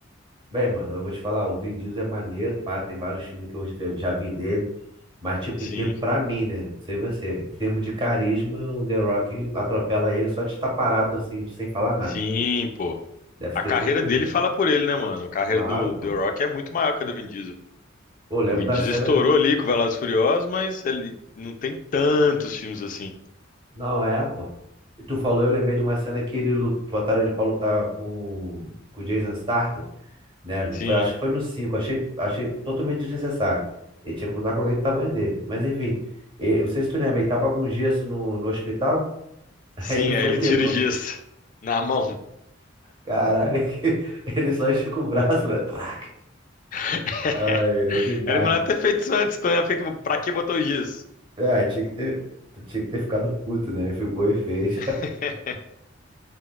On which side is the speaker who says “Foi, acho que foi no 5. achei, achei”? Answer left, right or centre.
Right